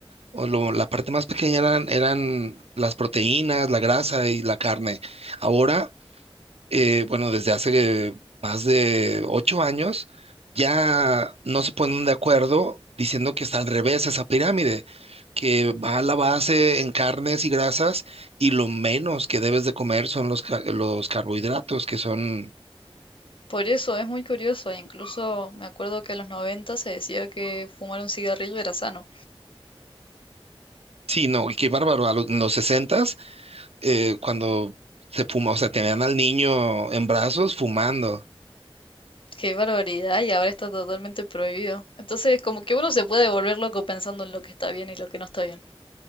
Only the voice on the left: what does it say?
Por eso es muy curioso, incluso me acuerdo que en los 90 se decía que fumar un cigarrillo era sano.
Qué barbaridad, y ahora está totalmente prohibido. Entonces, como que uno se puede volver loco pensando en lo que está bien y lo que no está bien.